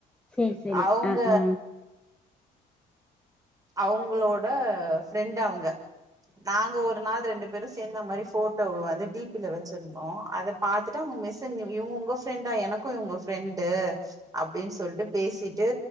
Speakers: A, in the centre; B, on the right.
A: சேரி சேரி
B: அவங்க
A: ஆ ஆ
B: அவங்களோட ஃப்ரெண்டா அவங்க நாங்க ஒரு நாள் ரெண்டு பேரும் சேர்ந்த மாரி போட்டோ வந்து டிபில வச்சிருந்தோ அத பாத்துட்டு அவங்க மிஸ் இவங்க உங்க ஃப்ரெண்டா எனக்கு இவங்க ஃப்ரெண்டு அப்டின்னு சொல்லிட்டு பேசிட்டு